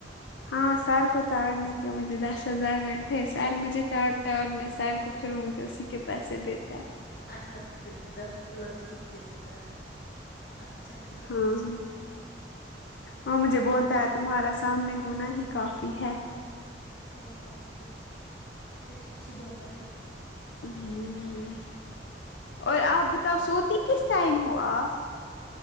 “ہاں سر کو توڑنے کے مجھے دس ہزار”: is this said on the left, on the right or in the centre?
Left